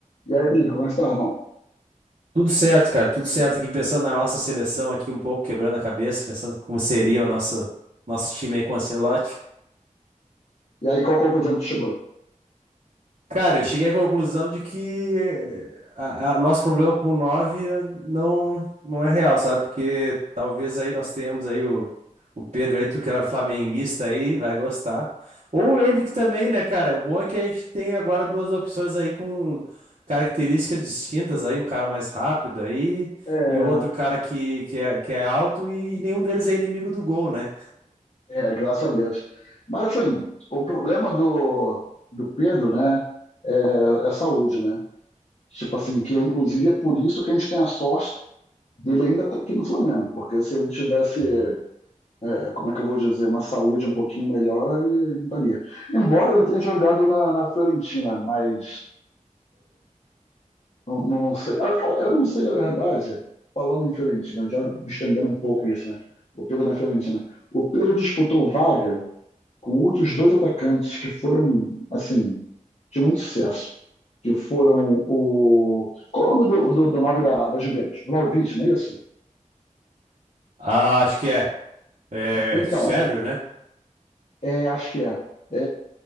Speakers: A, on the left; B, on the right.
A: E aí, Felipe, como é que tá, irmão?
B: Tudo certo, cara, tudo certo. Aqui pensando na nossa seleção aqui um pouco, quebrando a cabeça, pensando como seria o nosso, nosso time aí com o Ancelotti.
A: E aí, qual conclusão que tu chegou?
B: Cara, eu cheguei à conclusão de que a- a- o nosso problema com o 9 não, não é real, sabe? Porque talvez aí nós tenhamos aí o, o Pedro aí, tu que é flamenguista aí, vai gostar. Ou o Endrick também, né, cara? O bom é que a gente tem agora duas opções aí com características distintas aí, um cara mais rápido aí
A: É,
B: e o outro cara que, que, é, que é alto e, e nenhum deles é inimigo do gol, né?
A: é, graças a Deus. Mas, assim, o problema do, do Pedro, né, é, é saúde, né? Tipo assim, que inclusive é por isso que a gente tem a sorte dele ainda estar aqui no Flamengo, porque se ele tivesse,
B: Uhum.
A: é, como é que eu vou dizer, uma saúde um pouquinho melhor, ele não estaria. Embora ele tenha jogado na, na Fiorentina, mas Não, não sei. Ah, cara, eu não sei, na verdade, falando em Fiorentina, já estendendo um pouco isso, né? O Pedro na Fiorentina. O Pedro disputou vaga com outros dois atacantes que foram, assim, de muito sucesso. Que foram o. Qual é o nome do, do, do nome da, da Juventus? Vlahovic, não é isso?
B: Ah, acho que é. É
A: Então,
B: sérvio, né?
A: é, acho que é. É,